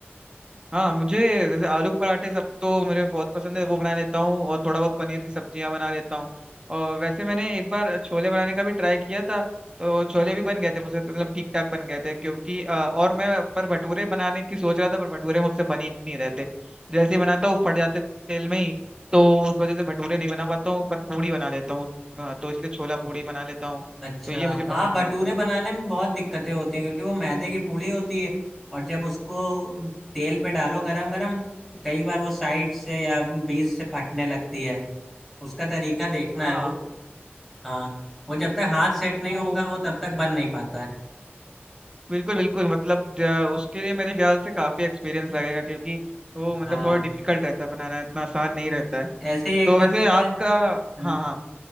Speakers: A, on the right; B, in the centre.
A: हाँ मुझे जैसे आलू पराठे सब तो मेरे बहुत पसंद है वो बना लेता हूँ और थोड़ा बहुत पनीर की सब्जियां बना लेता हूँ और वैसे मैंने एक बार छोले बनाने का भी ट्राई किया था तो छोले भी बन गए थे मुझसे तो मतलब ठीक ठाक बन गए थे क्योंकि अ, और मैं पर भटूरे बनाने की सोच रहा था पर भटूरे मुझसे बन ही नहीं रहते जैसे ही बनाता हूँ फट जाते तेल में ही तो उस वजह से भटूरे नहीं बना पाता हूँ पर पूड़ी बना लेता हूँ अ, तो इसलिए छोला पूड़ी बना लेता हूँ
B: अच्छा
A: तो ये मुझे पसंद
B: हाँ भटूरे
A: है मतलब
B: बनाने में बहुत दिक्कतें होती हैं क्योंकि वो मैदे की पूड़ी होती है और जब उसको तेल पे डालो गरम गरम तो कई बार वो साइड से या बीच से फटने लगती है उसका तरीका देखना
A: हाँ
B: है वो हाँ वो जब तक हाथ सेट
A: वो
B: नहीं होगा वो तब तक बन नहीं पाता है
A: बिल्कुल बिल्कुल मतलब ज- उसके लिए मेरे ख्याल से काफी एक्सपीरियंस लगेगा क्योंकि वो मतलब
B: हाँ
A: थोड़ा डिफिकल्ट रहता है बनाना इतना आसान नहीं रहता है
B: ऐसे ही एक
A: तो
B: बार
A: वैसे
B: मैंने
A: आपका
B: हम्म,
A: हाँ हाँ